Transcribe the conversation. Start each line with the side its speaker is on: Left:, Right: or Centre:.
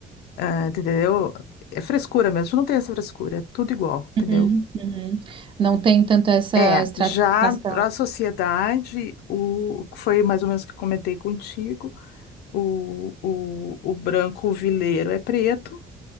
Left: ah, entendeu? É frescura mesmo, a gente não tem essa frescura, é tudo igual, entendeu?
Right: uhum, uhum. Não tem tanto essa
Left: É,
Right: estratificação.
Left: já para a sociedade, o foi mais ou menos o que eu comentei contigo. O, o, o branco vileiro é preto,